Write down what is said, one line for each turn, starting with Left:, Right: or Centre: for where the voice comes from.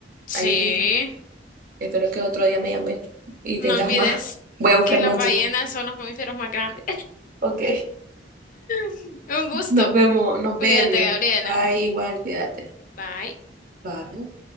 Left: Sí,
Right: Ahí espero que otro día me llames y
Left: no
Right: tengas
Left: olvides
Right: más. Voy a buscar
Left: que las
Right: más
Left: ballenas
Right: yo.
Left: son los mamíferos más grandes.
Right: Ok.
Left: <laughs> Un gusto.
Right: Nos vemos, nos
Left: Cuídate,
Right: vemos.
Left: Gabriela.
Right: Bye, igual, cuídate.
Left: Bye.
Right: Bye.